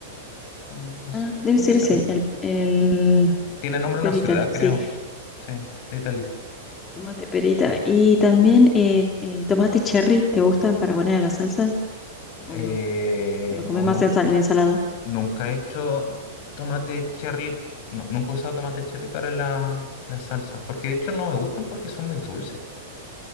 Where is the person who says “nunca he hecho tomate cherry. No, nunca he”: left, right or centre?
Left